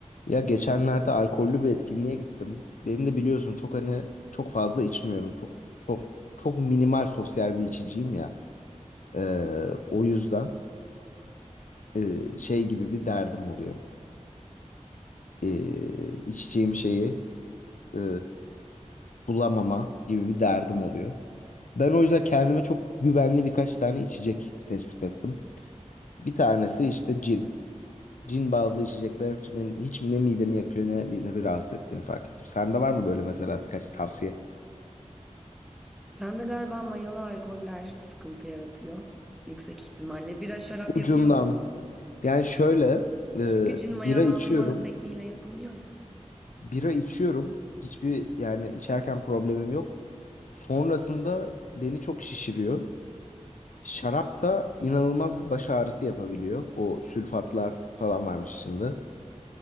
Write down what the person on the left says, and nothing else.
Ya geçenlerde alkollü bir etkinliğe gittim. Benim de biliyorsun çok hani çok fazla içmiyorum. Çok çok, çok minimal sosyal bir içiciyim ya. Ee, o
yüzden e, şey gibi bir derdim oluyor. Ee, içeceğim şeyi e, bulamama gibi bir derdim oluyor. Ben o yüzden kendime çok güvenli birkaç tane içecek tespit ettim. Bir tanesi işte cin. Cin bazlı içecekler benim hiç ne midemi yakıyor ne, ne bir rahatsız ettiğini fark ettim. Sende var mı böyle mesela birkaç tavsiye?
Ucundan.
Yani şöyle e,
bira
içiyorum.
Bira içiyorum. Hiçbir yani içerken problemim yok. Sonrasında beni çok şişiriyor. Şarap da inanılmaz bir baş ağrısı yapabiliyor. O sülfatlar falan varmış içinde.